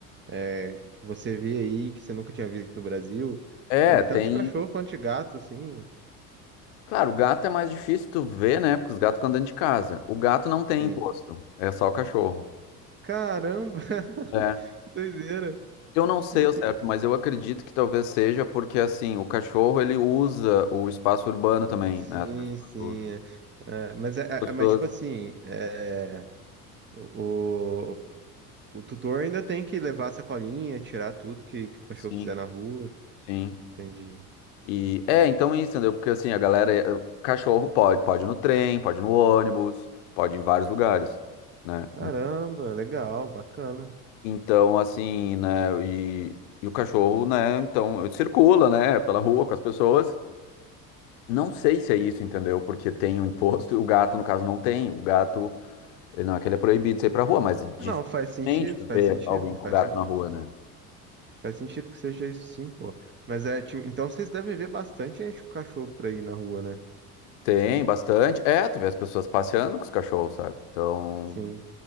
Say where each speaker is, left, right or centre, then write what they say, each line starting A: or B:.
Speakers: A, on the right; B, on the left.
A: é, que você vê aí que você nunca tinha visto no Brasil,
B: É,
A: de- tanto
B: tem.
A: de cachorro quanto de gato, assim.
B: Claro, o gato é mais difícil tu ver, né? Porque os gatos ficam dentro de casa. O gato não tem
A: Sim.
B: imposto, é só o cachorro.
A: Caramba, <laughs>
B: É.
A: que doideira,
B: Eu não sei
A: loucura.
B: ao certo, mas eu acredito que talvez seja porque, assim, o cachorro ele usa o espaço urbano também,
A: Sim,
B: né? As pessoas,
A: sim. é. É, mas, é,
B: as
A: é-
B: pessoas
A: mas, tipo assim, é, o, o- O tutor ainda tem que levar a sacolinha, tirar tudo que, que o cachorro
B: Sim,
A: fizer na rua.
B: sim.
A: Entendi.
B: E é, então isso, entendeu? Porque assim, a galera, eh, cachorro pode, pode ir no trem, pode ir no ônibus, pode ir em vários lugares, né?
A: Caramba, legal, bacana.
B: Então, assim, né, e, e o cachorro, né, então, ele circula, né, pela rua com as pessoas. Não sei se é isso, entendeu? Porque tem o imposto e o gato, no caso, não tem. O gato, ele não é que ele é proibido de sair pra rua, mas é dificilmente
A: Não, faz sentido,
B: tu
A: faz
B: vê
A: sentido,
B: alguém com
A: faz
B: gato
A: sentido.
B: na rua, né?
A: Faz sentido que seja isso sim, pô. Mas é, tipo, então vocês devem ver bastante gente com cachorro por aí na rua, né?
B: Tem bastante. É, tu vê as pessoas passeando com os cachorros, sabe? Então.
A: Sim,